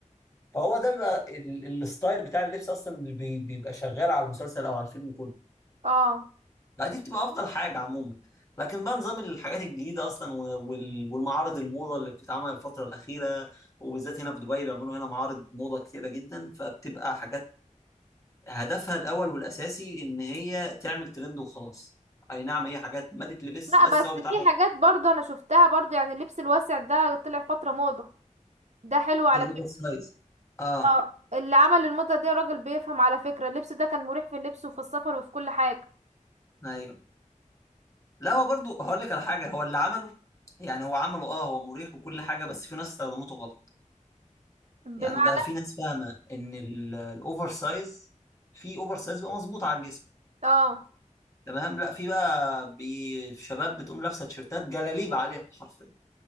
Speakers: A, on the left (about 25°); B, on the right (about 60°).
A: فهو ده بيبقى ال- الستايل بتاع اللبس اصلا اللي بي- بيبقى شغال على المسلسل او على الفيلم كله
B: اه
A: لا دي بتبقى افضل حاجه عموما لكن بقى نظام الحاجات الجديده اصلا و- وال- والمعارض الموضه اللي بتتعمل الفتره الاخيره وبالذات هنا في دبي بيعملوا هنا معارض موضه كتيره جدا فبتبقى حاجات هدفها الاول والاساسي ان هي تعمل ترند وخلاص اي نعم هي حاجات ما تتلبس
B: لا
A: بس
B: بس
A: هو بيتعمل
B: في حاجات برضه انا شفتها برضه يعني اللبس الواسع ده طلع فتره موضه ده حلو على
A: الاوفر
B: فكرة
A: سايز اه
B: اه اللي عمل الموضة دي راجل بيفهم على فكرة اللبس ده كان مريح في اللبس وفي السفر وفي كل حاجة
A: ايوه لا هو برضو هقول لك على حاجه هو اللي عمله يعني هو عمله اه هو مريح وكل حاجه بس في ناس استخدمته غلط
B: بمعنى
A: يعني بقى في ناس فاهمه ان الاوفر سايز في اوفر سايز بقى مظبوط على الجسم
B: اه
A: تمام لا في بقى بي شباب بتقوم لابسه تيشيرتات جلاليب عليها حرفيا